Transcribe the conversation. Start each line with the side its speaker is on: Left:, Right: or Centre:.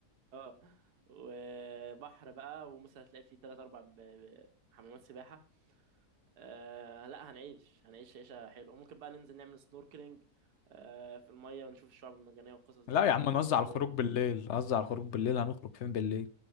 Right: اه وبحر بقى ومثلا هتلاقي فيه تلات أربع ب- ب- حمامات سباحة آه لا هنعيش هنعيش عيشة حلوة ممكن بقى ننزل نعمل سنوركلينج آه في المية ونشوف الشعاب المرجانية والقصص دي
Left: لا يا عم
Right: ممكن
Left: نوزع
Right: برضو
Left: الخروج بالليل نوزع الخروج بالليل هنخرج فين بالليل